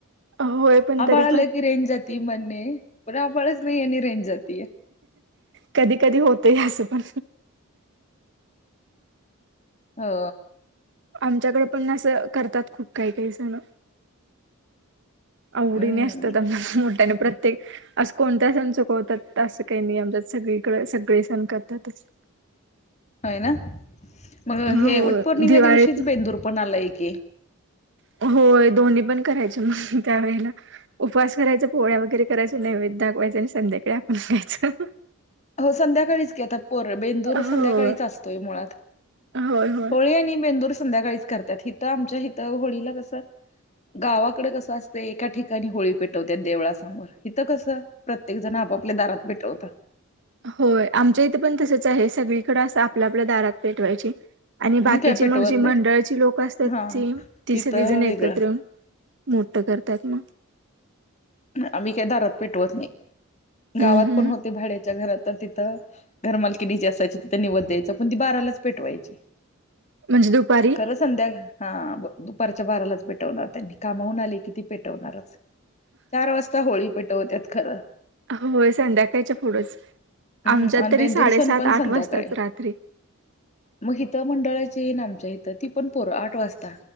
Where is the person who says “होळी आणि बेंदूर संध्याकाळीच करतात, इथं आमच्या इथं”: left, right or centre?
Left